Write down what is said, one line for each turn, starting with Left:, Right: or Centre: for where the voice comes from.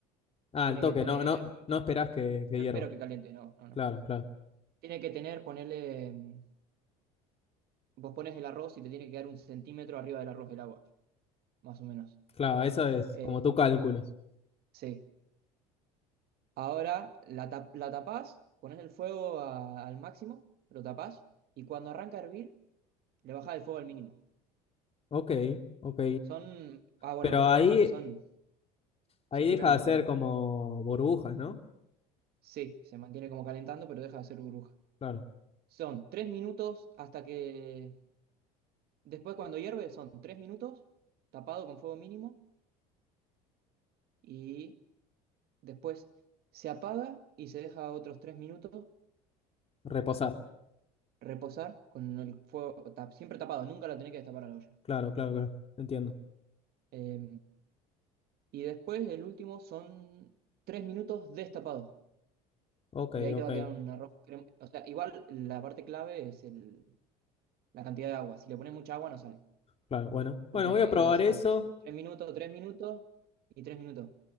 Left: Ah,
Right: Tiene
Left: el toque,
Right: que tener
Left: no, no, no esperás que, que
Right: No
Left: hierva.
Right: espero que caliente, no, no, no.
Left: Claro, claro,
Right: Tiene que tener, ponerle, mm, vos pones el arroz y te tiene que quedar un centímetro arriba del arroz del agua, más o menos.
Left: claro, eso es
Right: Eh,
Left: como tú calculas.
Right: sí. Ahora la, tap- la tapás, pones el fuego a- al máximo, lo tapás y cuando arranca a hervir, le bajás el fuego al mínimo.
Left: Ok, ok.
Right: Son, ah, bueno,
Left: Pero
Right: me faltó
Left: ahí,
Right: una parte, son,
Left: ahí
Right: se escuchaba,
Left: deja de hacer
Right: se-
Left: como burbujas, ¿no?
Right: sí, se mantiene como calentando, pero deja de hacer burbuja.
Left: Claro,
Right: Son tres minutos hasta que, después cuando hierve, son tres minutos, tapado con fuego mínimo y Después se apaga y se deja otros tres minutos
Left: reposar.
Right: reposar con el fuego tap- siempre tapado, nunca la tenés que destapar a la olla.
Left: Claro, claro, claro. Entiendo.
Right: Eh, y después el último son tres minutos destapados.
Left: Ok,
Right: Y ahí
Left: ok.
Right: te va a quedar un arroz crem- O sea, igual la parte clave es el, la cantidad de agua. Si le pones mucha agua no sale.
Left: Claro, bueno.
Right: Porque,
Left: Bueno, voy a probar
Right: eh, o sea,
Left: eso.
Right: son tres minutos, tres minutos y tres minutos.